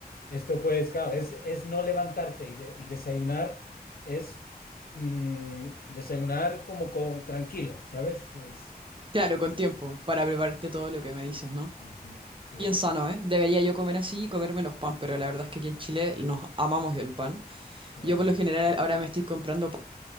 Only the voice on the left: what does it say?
esto pues, claro, es, es no levantarte y, de- y desayunar es mm, desayunar como co- tranquilo, ¿sabes? Es,
ujú, sí,
eh.